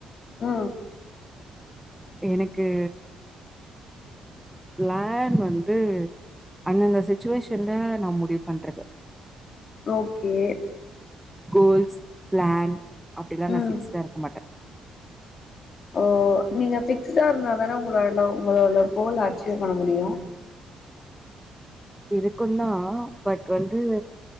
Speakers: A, on the left (about 45°); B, in the centre.
A: ஆ
B: எனக்கு பிளான் வந்து அந்தந்த சிச்சுவேஷன்ல நா முடிவு பண்றது
A: ஓக்கே
B: கோல்ஸ் ப்ளான் அப்டிலா
A: ம்
B: நா ஃபிக்ஸ்டா இருக்க மாட்டே
A: ஓ நீங்க ஃபிக்ஸ்டா இருந்தா தானே உங்களால உங்களால கோல் அச்சீவ் பண்ண முடியு
B: இருக்குந்தா ஆ பட் வந்து